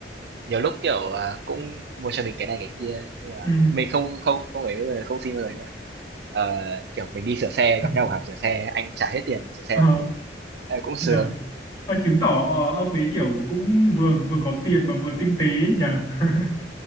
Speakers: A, on the right (about 65°); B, on the left (about 20°).
A: nhiều lúc, kiểu, à, cũng mua cho mình cái này cái kia, nhưng mà
B: ừ
A: mình không không không ấy bao không xin bao giờ, nhưng mà, kiểu, ờ, kiểu, mình đi sửa xe,
B: <laughs>
A: gặp nhau ở hàng sửa xe, anh trả hết tiền sửa xe
B: Ờ.
A: mình luôn. Ờ, cũng sướng.
B: nhỉ Ờ, chứng tỏ ờ, ông ấy kiểu cũng vừa vừa có tiền mà vừa tinh tế ấy nhỉ <laughs>